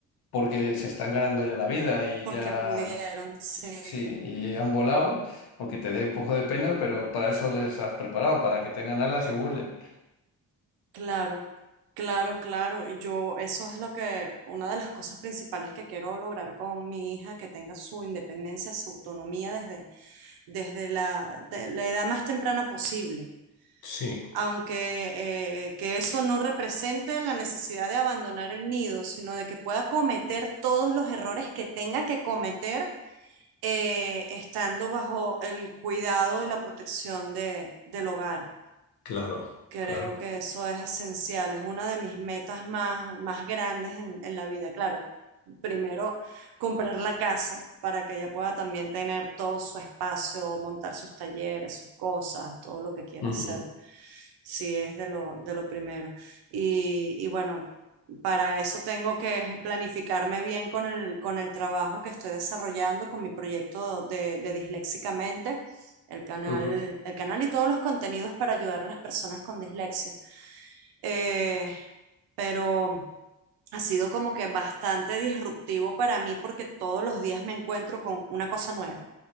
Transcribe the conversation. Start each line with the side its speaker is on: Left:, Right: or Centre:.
Left: porque se están ganando ya la vida y
Right: porque
Left: ya
Right: pudieron, sí,
Left: sí, y han volado, aunque te dé un poco de pena, pero para eso les has preparado, para que tengan alas y vuelen.
Right: claro, claro, claro. y Yo, eso es lo que, una de las cosas principales que quiero lograr con mi hija, que tenga su independencia, su autonomía desde, desde la, de la edad más temprana posible.
Left: Sí,
Right: Aunque eh, que eso no represente la necesidad de abandonar el nido, sino de que pueda cometer todos los errores que tenga que cometer eh, estando bajo el cuidado y la protección de, del hogar.
Left: claro,
Right: Creo
Left: claro.
Right: que eso es esencial, es una de mis metas más, más grandes en, en la vida. Claro, primero comprar la casa para que ella pueda también tener todo su espacio, montar sus talleres, sus cosas, todo lo que quiera
Left: Ujú,
Right: hacer. Sí, es de lo, de lo primero. Y, y bueno, para eso tengo que planificarme bien con el, con el trabajo que estoy desarrollando, con mi proyecto de, de Disléxicamente el canal,
Left: ujú.
Right: el canal y todos los contenidos para ayudar a las personas con dislexia. Eh, pero ha sido como que bastante disruptivo para mí porque todos los días me encuentro con una cosa nueva